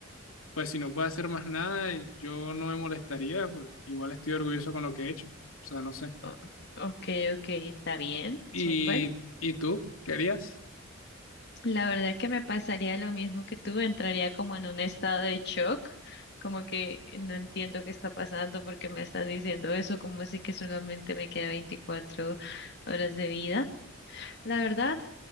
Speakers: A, on the left; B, on the left.
A: pues si no puedo hacer más nada, yo no me molestaría porque igual estoy orgulloso con lo que he hecho. O sea, no sé.
B: O- ok, ok, está bien,
A: ¿Y,
B: súper.
A: y tú? ¿Querías?
B: La verdad que me pasaría lo mismo que tú, entraría como en un estado de shock, como que no entiendo qué está pasando porque me estás diciendo eso, como así que solamente me queda 24 horas de vida. La verdad.